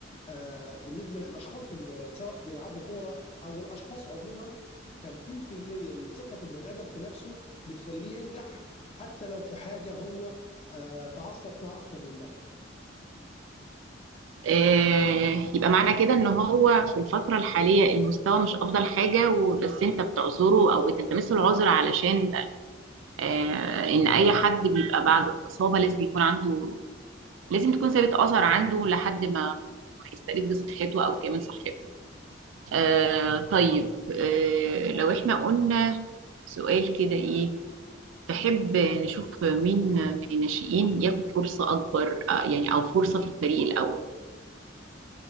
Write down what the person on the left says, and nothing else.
آه، بالنسبة للأشخاص اللي سواء بيلعبوا كورة أو الأشخاص عموما 50% من ثقة البني آدم في نفسه بتخليه ينجح حتى لو في حاجة هو آه، تعثر فيها أكتر من مرة